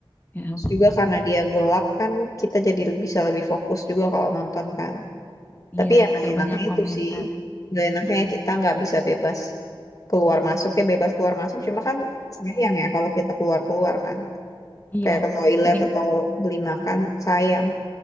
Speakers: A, on the left; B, on the left.
A: ya
B: Terus
A: bener.
B: juga karena dia gelap kan kita jadi bisa lebih fokus juga kalau nonton kan.
A: Iya,
B: Tapi yang nggak
A: nggak
B: enaknya
A: banyak komentar.
B: itu sih, nggak enaknya
A: Heeh.
B: kita nggak bisa bebas keluar masuk ya bebas keluar masuk. Cuma kan sayang ya kalau kita keluar keluar kan,
A: Iya,
B: kayak ke toilet
A: jadi
B: atau beli makan sayang,